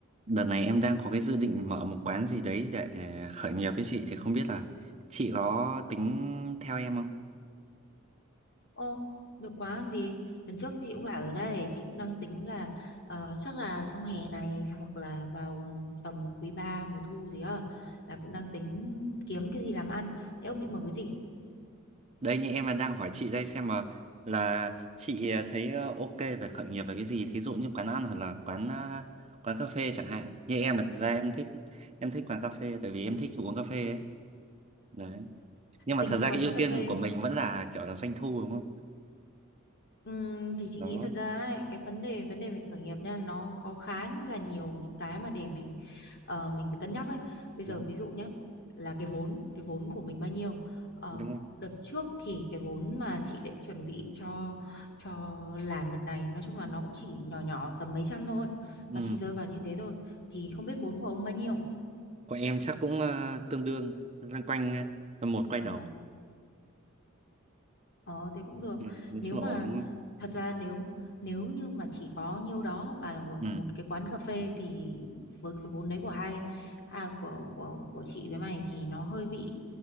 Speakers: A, on the right (about 30°); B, on the left (about 55°).
A: Đợt này em đang có cái dự định mở một quán gì đấy để ờ, khởi nghiệp với chị thì không biết là chị có tính theo em không?
B: Ô, được quá làm gì? Lần trước chị cũng bảo rồi đây, chị cũng đang tính là ờ, chắc là trong hè này hoặc là vào tầm quý 3 mùa thu gì á là cũng đang tính kiếm cái gì làm ăn. Thế ông định mở cái gì?
A: Đây như em là đang hỏi chị đây xem mà là chị ờ, thấy ờ, ok về khởi nghiệp về cái gì thí dụ như quán ăn hoặc là quán ờ, quán cà phê chẳng hạn. Như em là thật ra em thích em thích quán cà phê tại vì em thích uống cà phê ấy. Đấy. Nhưng mà
B: Tính
A: thật ra
B: quán
A: cái ưu
B: cà
A: tiên
B: phê.
A: của mình vẫn là kiểu là doanh thu đúng không?
B: Ừm, thì chị
A: Đó,
B: nghĩ thật ra ấy, cái vấn đề vấn đề về khởi nghiệp nha nó có khá là nhiều những cái mà để mình ờ, mình phải cân nhắc ấy bây giờ
A: đúng không?
B: ví dụ nhé là cái vốn cái vốn của mình bao nhiêu Ờ,
A: Đúng không?
B: đợt trước thì cái vốn mà chị để chuẩn bị cho cho làm đợt này nói chung là nó cũng chỉ nhỏ nhỏ tầm mấy trăm thôi
A: Ừ.
B: nó chỉ rơi vào như thế thôi thì không biết vốn của ông bao nhiêu
A: Của em chắc cũng ờ, tương đương loanh quanh ờ, một quay
B: Ờ,
A: đầu.
B: Ờ thế cũng được.
A: Ừ, nói
B: Nếu
A: chung
B: mà
A: là ổn đúng không?
B: thật ra nếu nếu như mà chỉ có nhiêu đó bà là mở
A: Ừ,
B: một cái quán cà phê thì với cái vốn đấy của hai à, của của của chị với mày thì nó hơi bị